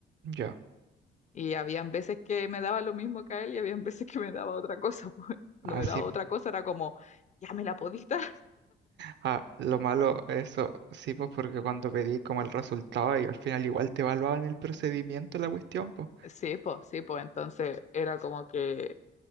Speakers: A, on the right (about 65°); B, on the left (about 35°).
A: ya,
B: Y habían veces que me daba lo mismo que a él y habían veces que me daba otra cosa, <laughs> pues cuando
A: así,
B: me daba otra cosa era como, ya me la podí dar.
A: Ah, lo malo, eso sí, pues porque cuando pedí como el resultado y al final igual te evaluaban el procedimiento, la cuestión, pues.
B: Sí, pues, sí, pues entonces era como que